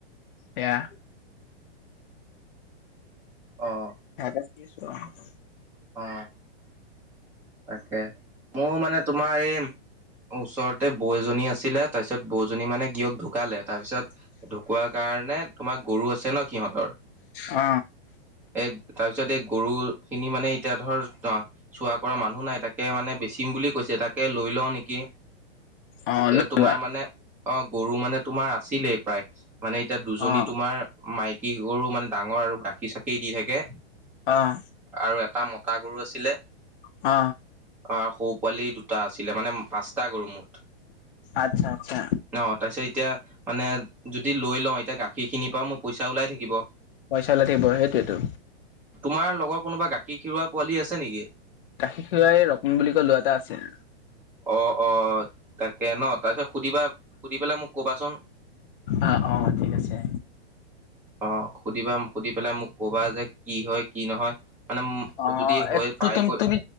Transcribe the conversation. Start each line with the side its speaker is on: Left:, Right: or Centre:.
Left: এয়া
Centre: অ
Left: হেয়াকে কৰি আছো আও
Centre: অ তাকে মোৰ মানে তোমাৰ এই ওচৰতে বও এজনী আছে। ছিল তাৰ পিছত বও জনী মানে গিৰিয়েক ঢুকালে। তাৰপিছত ঢুকোৱাৰ কাৰণে তোমাৰ গৰু আছে ন সিহঁতৰ
Left: অ
Centre: এ, তাৰ পিছত এ গৰু খিনি মানে এতিয়া ধৰ অ চোৱা-কৰা মানুহ নাই তাকে মানে বেচিম বুলি কৈছে। তাকে লৈ লও নেকি?
Left: অ
Centre: এ, তোমাৰ
Left: লোৱা
Centre: মানে অ, গৰু মানে তোমাৰ আছিলেই প্ৰায়। মানে এতিয়া দুজনী
Left: অ
Centre: তোমাৰ মাইকী গৰু মানে ডাঙৰ আৰু গাখীৰ চাখি দি থাকে।
Left: আহ।
Centre: আৰু এটা মতা গৰু আছিলে
Left: হ।
Centre: আৰু সৰু পোৱালি দুটা আছিল। লে মানে, পাঁচটা কৰো মুঠ।
Left: আচ্ছা, আচ্ছা
Centre: ন তাৰপিছত এতিয়া মানে, যদি লৈ লওঁ এতিয়া গাখীৰখিনিৰ পৰাও মোৰ পইচা ওলাই থাকিব।
Left: পইচা ওলাই থাকিব সেইটোৱে তো।
Centre: তোমাৰ লগৰ কোনোবা গাখীৰ-খিৰোৱা পোৱালি আছে নেকি?
Left: গাখীৰ খীৰোৱা ৰকন বুলি কয় লৰা এটা আছে।
Centre: অ, অ। তাকে ন তাৰপিছত সুধিবা সুধি পেলাই মোক কবাচোন।
Left: অ', অ', ঠিক আছে।
Centre: অ'সুধিবা সুধি পেলাই মোক কবা যে কি হয় কি নহয়। মানে
Left: অ'
Centre: যদি হয় পায়কৈ
Left: তুমি,